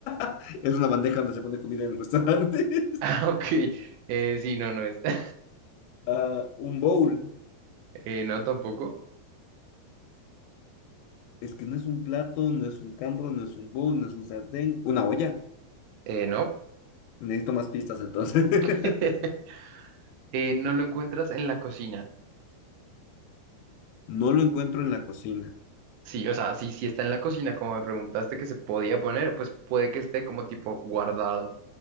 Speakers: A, on the left (about 85°); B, on the right (about 80°).
A: <laughs> Es una bandeja donde se pone comida en los restaurantes.
B: Ah,
A: <laughs>
B: ok. Eh, sí, no, no es. <laughs>
A: Ah, un bowl.
B: Eh, no, tampoco.
A: Es que no es un plato, no es un cambro, no es un bowl, no es un sartén. Una olla.
B: Eh, no.
A: Necesito más pistas entonces. <laughs>
B: <laughs> Eh, no lo encuentras en la cocina.
A: No lo encuentro en la cocina.
B: Sí, o sea, sí, sí está en la cocina, como me preguntaste que se podía poner, pues puede que esté como tipo guardado.